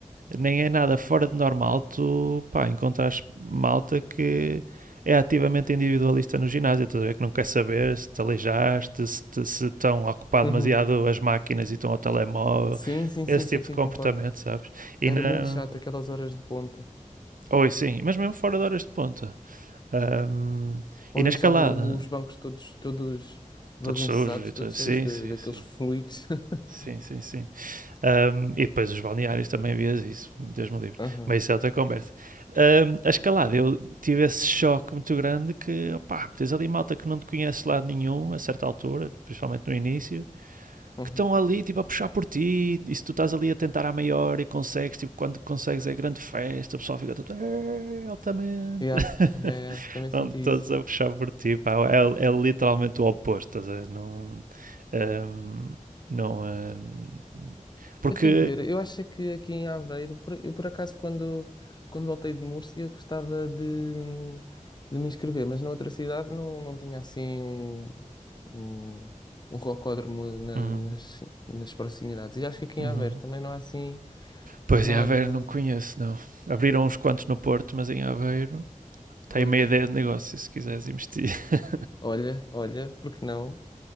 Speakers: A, on the right; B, on the left.
A: nem é nada fora de normal tu, pá, encontrares malta que é ativamente individualista no ginásio, estás a ver que não quer saber se te aleijaste, se, te- se estão a ocupar
B: uhum.
A: demasiado as máquinas e estão ao telemóvel,
B: Sim, sim,
A: esse
B: sim, sim,
A: tipo
B: sim,
A: de comportamento,
B: concordo.
A: sabes? E
B: Era
A: na
B: muito chato aquelas horas de ponta.
A: Oi, sim, mas mesmo fora de horas de ponta. Ahm,
B: Ou
A: e
B: deixava
A: na escalada,
B: os bancos todos, todos bagunçados,
A: todos sujos e
B: todos
A: tudo. Sim,
B: cheios de,
A: sim,
B: daqueles
A: sim.
B: fluidos. <laughs>
A: Sim, sim, sim. Ahm, e depois os balneários também vias isso, Deus me livre.
B: Aham,
A: Mas isso é outra conversa. Ahm, a escalada, eu tive esse choque muito grande que, opá, tens ali malta que não te conhece de lado nenhum, a certa altura, principalmente no início,
B: uhum.
A: que estão ali, tipo, a puxar por ti, e se tu estás ali a tentar à maior e consegues, tipo, quando consegues é grande festa, o pessoal fica todo, "Eh, altamente.
B: Yeah,
A: <laughs>
B: yeah, yeah, também
A: Pronto,
B: senti
A: todos
B: isso.
A: a puxar por ti, pá. É, é literalmente o oposto, estás a ver? Não. hum, não. hum, porque.
B: Eu tenho que ver. Eu acho é que aqui em Aveiro, por, eu por acaso, quando, quando voltei de Múrcia, gostava de, hum, de me inscrever, mas na outra cidade não, não tinha assim um, um, um rocódromo na-
A: Uhum,
B: nas, nas proximidades. E acho que aqui
A: uhum.
B: em Aveiro também não há assim
A: Pois
B: nada.
A: em Aveiro não conheço, não. Abriram uns quantos no Porto, mas em Aveiro. Tem
B: Pois,
A: meia ideia de negócio se quiseres investir. <laughs>
B: olha, olha, porque não?